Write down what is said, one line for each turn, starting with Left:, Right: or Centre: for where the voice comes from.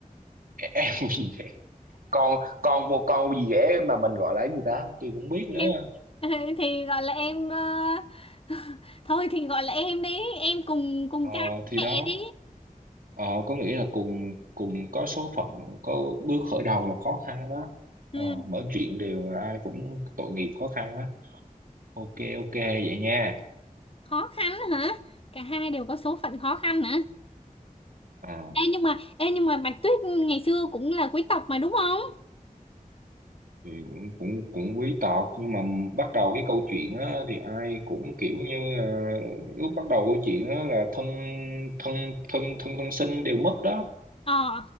Right: em <laughs> gì vậy? con con con gì dễ mà mình gọi là cái gì ta tôi cũng không biết nữa
Left: em <laughs> thì gọi là em ờ, <laughs> thôi thì gọi là em đi em cùng cùng
Right: ờ
Left: cha cùng
Right: thì
Left: mẹ
Right: đó
Left: đi
Right: Ờ, có nghĩa là cùng cùng có số phận có bước khởi đầu là khó khăn đó
Left: ừ.
Right: ờ, mọi chuyện đều là ai cũng tội nghiệp khó khăn đó ok ok vậy nha
Left: khó khăn hả cả hai đều có số phận khó khăn hả
Right: à
Left: ê nhưng mà ê nhưng mà Bạch Tuyết ngày xưa cũng là quý tộc mà đúng không
Right: thì cũng cũng cũng quý tộc nhưng mà bắt đầu cái câu chuyện đó thì ai cũng kiểu như là lúc bắt đầu câu chuyện đó là thân thân thân thân thân sinh đều mất đó
Left: ờ